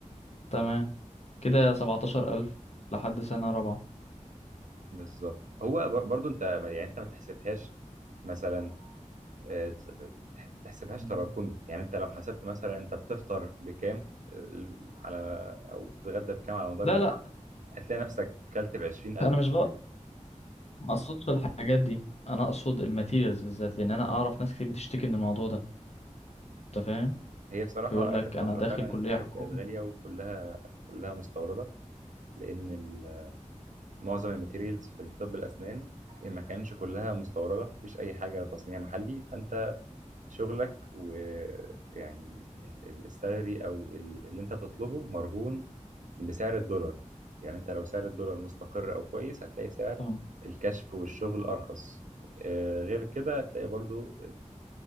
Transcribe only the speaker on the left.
تمام كده 17000 لحد سنه رابعه
مم.
لا
لا
انا مش بقى ما اقصدش الحاجات دي انا اقصد الماتيريالز بالذات لان انا اعرف ناس كتير بتشتكي من الموضوع ده انت فاهم
يقول لك
انا
داخل
كليه
حكومه
امم